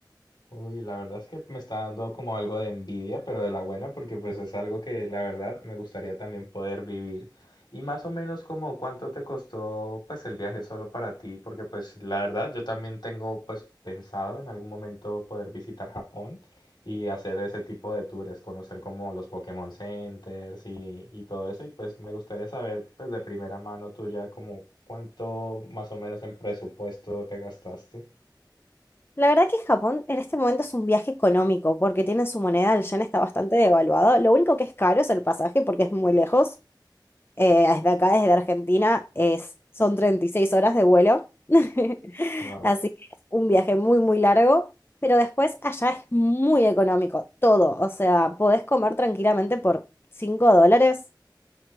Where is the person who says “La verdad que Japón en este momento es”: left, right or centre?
Left